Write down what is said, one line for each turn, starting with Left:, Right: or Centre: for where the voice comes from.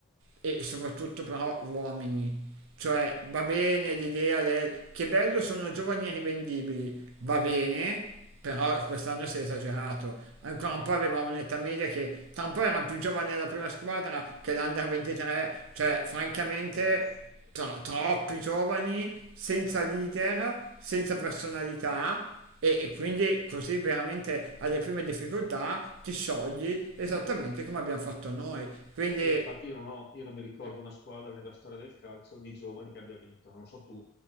Right: e soprattutto però uomini. Cioè va bene l'idea del che bello sono giovani e rivendibili, va bene, però quest'anno si è esagerato. Ancora un po' aveva un'età media che tra un po' era più giovane della prima squadra che l'Under 23, cioè francamente
Left: Imbarazzante.
Right: Tro- troppi giovani, senza leader, senza personalità e, e quindi così veramente alle prime difficoltà ti sciogli esattamente come abbiamo fatto noi. Quindi
Left: E
Right: eh,
Left: infatti io non ho- io non mi ricordo una squadra nella storia del calcio di giovani che abbia vinto, non so tu,